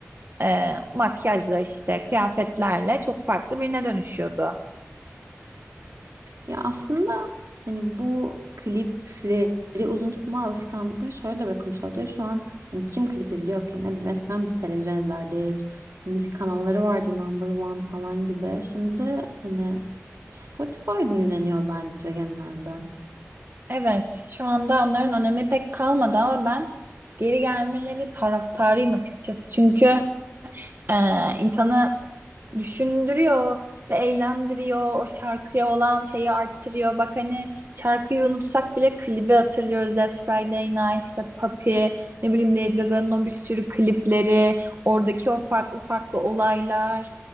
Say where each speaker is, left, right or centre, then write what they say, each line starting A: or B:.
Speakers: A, on the right; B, on the right.
A: E, makyajla işte kıyafetlerle çok farklı birine dönüşüyordu.
B: Ya aslında hani bu klipleri uzun tutma alışkanlıkları şöyle de bırakılmış olabilir. Şu an hani kim klip izliyor ki? Ne bileyim eskiden biz televizyon izlerdik. Müzik kanalları vardı Number One falan gibi. Şimdi hani Spotify dinleniyor bence genelde.
A: Evet, şu anda onların önemi pek kalmadı ama ben geri gelmeleri taraftarıyım açıkçası. Çünkü e, insanı düşündürüyor, eğlendiriyor, o şarkıya olan şeyi arttırıyor. Bak hani şarkıyı unutsak bile klibi hatırlıyoruz. Last Friday Night, işte Papi, ne bileyim Lady Gaga'nın o bir sürü klipleri, oradaki o farklı farklı olaylar.